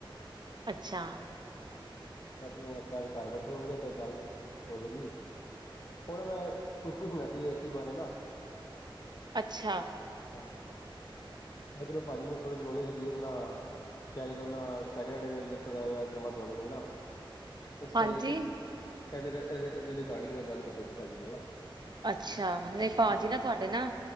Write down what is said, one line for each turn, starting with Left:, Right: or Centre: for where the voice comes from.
Right: ਅੱਛਾ।
Left: ਹਾਂਜੀ ਮੈਂ ਚਲੋ ਸ਼ੈਦ ਘਰ ਬੈਠੇ ਹੋਣਗੇ ਤੇ ਗੱਲ ਹੋਜੇਗੀ ਓਨਾ ਮੈਂ ਪੁੱਛਨਾ ਸੀ ਏਸੀ ਬਾਰੇ ਨਾ
Right: ਅੱਛਾ
Left: ਹਾਂਜੀ ਮੈਂ ਚਲੋ ਭਾਜੀ ਨੂੰ ਥੋੜੀ ਨੋਲੇਜ ਹੈਗੀ ਐ ਅਪਣਾ ਸੈਕਿੰਡ ਸੈਕਿੰਡ <unintelligible> ਨਵਾਂ ਦਵਾ ਦੇਣਗੇ ਨਾ ਇਸ ਕਰਕੇ
Right: ਹਾਂਜੀ
Left: ਇਸ ਐਦੇ-ਐਦੇ ਰਿਗਾਡਿੰਗ ਮੈਂ ਗੱਲ ਕਰਨੀ ਸੀ ਮੈਂ ਭਾਜੀ ਨਾਲ
Right: ਅੱਛਾ ਨਈ ਭਾਜੀ
Left: ਹਾਂਜੀ।
Right: ਨਾ ਤੁਹਾਡੇ ਨਾ